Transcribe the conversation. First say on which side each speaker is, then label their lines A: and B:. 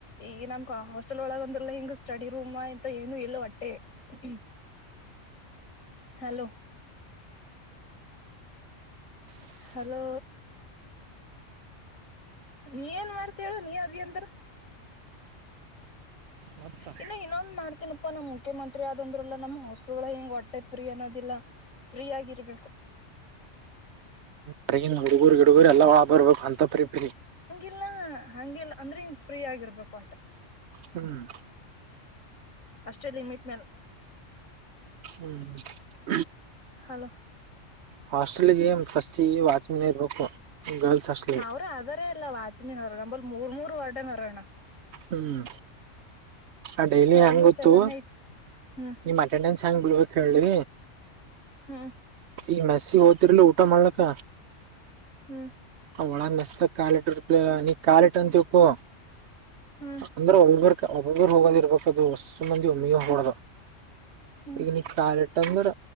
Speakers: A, on the left (about 90°); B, on the right (about 65°).
A: ಈ ನಮ್ ಕ ಹಾಸ್ಟೆಲ್ ಒಳಗ ಅಂದ್ರಲ್ಲ ಹಿಂಗ ಸ್ಟಡಿ ರೂಮ್ ಇಂತ ಏನು ಎಲ್ಲ ಒಟ್ಟೆ ಹು ಹಲೋ ಹಲೋ ನೀ ಏನ್ ಮಾಡ್ತಿ ಹೇಳು ನಿ ಅದಿ ಅಂದ್ರ
B: ಮತ್ತೆ
A: ಇನ್ನು ಇನ್ನೊಂದ್ ಮಾಡ್ತನಪ್ಪಾ ನಮ ಮುಖ್ಯಮಂತ್ರಿ ಆದಂದ್ರಲ್ಲ ನಮ್ಮ್ ಹ ಹೊಸ್ಟೆಲ್ಗಳ ಹೆಂಗ್ ವಟ್ಟೆ ಫ್ರೀ ಅನ್ನೋದಿಲ್ಲ. ಫ್ರೀ ಆಗಿರ್ಬೇಕು
B: ಟ್ರೈನ್ ಹುಡುಗರು ಗಿಡಗುರು ಎಲ್ಲಾ ಒಳ ಬರ್ಬೇಕು ಅಂತ ಫ್ರೀ ಫ್ರೀ
A: ಎಲ್ಲ ಹಂಗಿಲ ಅಂದ್ರೆ ಹಿಂಗ್ ಫ್ರೀ ಆಗಿರ್ಬೇಕು ಆಟ
B: ಹ್ಮ್
A: ಅಷ್ಟೇ ಲಿಮಿಟ್ ಮ್ಯಾಲೆ
B: ಹ್ಮ್
A: ಹಲೋ
B: ಹಾಸ್ಟೆಲ್ಗೆ ಫಸ್ಟ್ಗೆ ವಾಚ್ಮನ್ ಇರ್ಬೇಕು. ಗರ್ಲ್ಸ್ ಹಾಸ್ಟೆಲ್ಗೆ
A: ಅವ್ರ ಅದಾರ ಎಲ್ಲ ವಾಚ್ ಮ್ಯಾನ್ ನಂಬಲಿ ಮೂರ್ ಮೂರ್ ವರ್ಡನ ಹಾರ ಅಣ್ಣಾ
B: ಹ್ಮ್ ಆ ಡೈಲಿ
A: ಆಲ್ಮೋಸ್ಟ್
B: ಹೆಂಗ ಗೊತ್ತು
A: ಎಲ್ಲಾನೇ ಐತ್ ಹ್ಮ್
B: ನಿಮ್ ಅಟೆಂಡೆನ್ಸ್ ಹೆಂಗ್ ಬಿಳಬೇಕ ಹೇಳಿ
A: ಹ್ಮ್
B: ಈ ಮೆಸ್ಸಿಗೆ ಓತಿರ್ಲ ಊಟ ಮಾಡ್ಲಕ್ಕ
A: ಹ್ಮ್
B: ಅವ ಅವಳ ಮೆಸ್ ಕಾಲಿಟ್ಟ ಕಾಲಿಟ್ಟಂತಕ್ಕು
A: ಹ್ಮ್
B: ಅಂದ್ರೆ ಒಬರು ಒಬ್ರು ಹೋಗದ ಇರ್ಬೇಕ ಅದು ಹೊಸ ಮಂದಿ ಒಮ್ಮಿಗೆ ಹೋಗಬಾರ್ದ
A: ಹ್ಮ್
B: ಈಗ ನೀ ಕಾಲಿಟ್ಟ ತಂದ ಇಡ